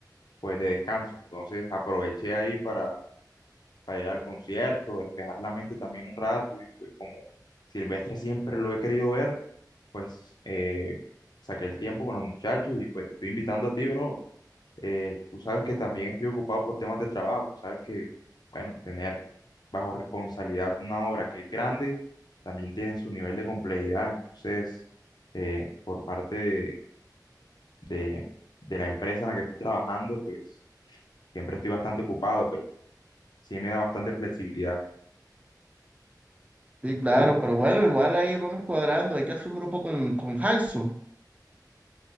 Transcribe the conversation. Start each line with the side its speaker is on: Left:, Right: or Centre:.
Left: pues de descanso, entonces aproveché ahí para para ir al concierto, despejar la mente también un rato y pues como Silvestre siempre lo he querido ver, pues eh, saqué el tiempo con los muchachos y pues te estoy invitando a ti, bro. Eh, tú sabes que también estoy ocupado por temas de trabajo, sabes que, bueno, tener bajo responsabilidad una obra que es grande también tiene su nivel de complejidad, entonces eh, por parte de, de de la empresa en la que estoy trabajando, pues siempre estoy bastante ocupado, pero sí me da bastante flexibilidad.
Right: Sí, claro, pero bueno, igual ahí vamos cuadrando, hay que hacer un grupo con, con Jason,